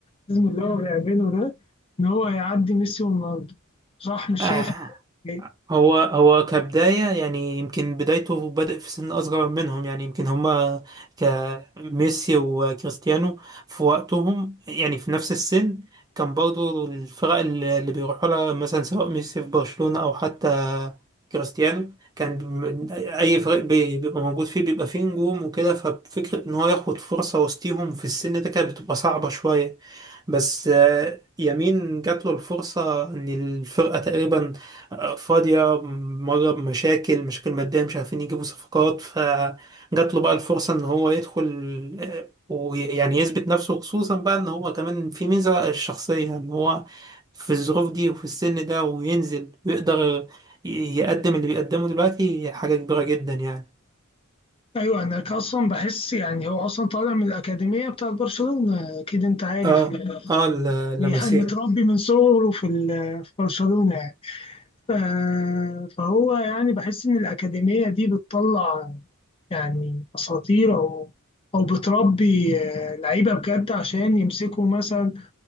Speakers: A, on the left; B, on the right.
A: لازم اللي هو بيعمله ده ان هو هيعدي ميسي ورونالدو صح مش
B: آه.
A: شايف إيه؟
B: هو هو كبداية يعني يمكن بدايته بدأ في سن أصغر منهم يعني يمكن هما كميسي وكريستيانو في وقتهم يعني في نفس السن كان برضو الفرق اللي اللي بيروحوا لها مثلا سواء ميسي في برشلونة أو حتى كريستيانو كان بم- أي فريق بي- بيبقى موجود فيه بيبقى فيه نجوم وكده ففكرة إن هو ياخد فرصة وسطيهم في السن ده كانت بتبقى صعبة شوية بس آه، يمين جات له الفرصة إن الفرقة تقريبا آه، فاضية مرة بمشاكل مشاكل مادية مش عارفين يجيبوا صفقات فجات له بقى الفرصة إن هو يدخل آه، ويعني يثبت نفسه خصوصا بقى إن هو كمان في ميزة الشخصية إن هو في الظروف دي وفي السن ده وينزل ويقدر ي- يقدم اللي بيقدمه دلوقتي حاجة كبيرة جدا يعني
A: ايوه انا ك- اصلا بحس يعني هو اصلا طالع من الاكاديميه بتاعت برشلونه اكيد انت عارف
B: اه
A: يعني
B: اه ال-
A: يعني
B: لمسيه
A: متربي من صغره في ال- في برشلونه ف- فهو يعني بحس إن الأكاديمية دي بتطلع يعني أساطير أو أو بتربي آه، لعيبة بجد عشان يمسكوا مثلا